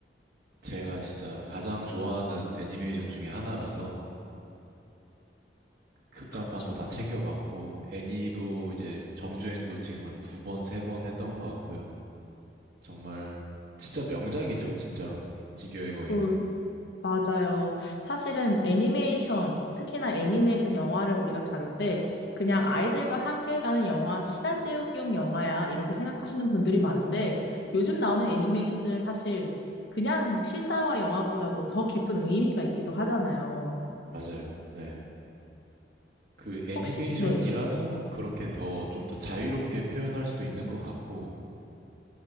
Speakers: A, on the right; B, on the left.
A: 제가 진짜 가장 좋아하는 애니메이션 중에 하나라서 극장판도
B: 그렇죠.
A: 다 챙겨 봤고 애니도 이제 정주행도 지금 한 두 번, 세 번 했던 것 같고요. 정말 진짜 명작이죠, 진짜로. 진격의 거인은.
B: 그 맞아요. 사실은 애니메이션, 특히나 애니메이션 영화를 우리가 다룰 때 그냥 아이들과 함께 가는 영화, 시간 때우기용 영화야, 이렇게 생각하시는 분들이 많은데 요즘 나오는 애니메이션들은 사실 그냥 실사화 영화보다도 더 깊은 의미가 있기도 하잖아요.
A: 맞아요. 네. 그 애니메이션이라서
B: 혹시, 네.
A: 그렇게 더 좀 더 자유롭게 표현할 수도 있는 것 같고